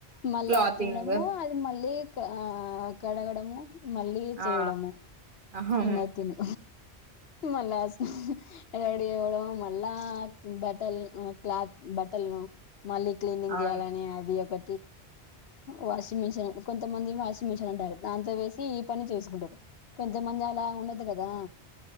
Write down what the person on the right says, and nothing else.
క్లాతింగ్
ఆ అవును
అవును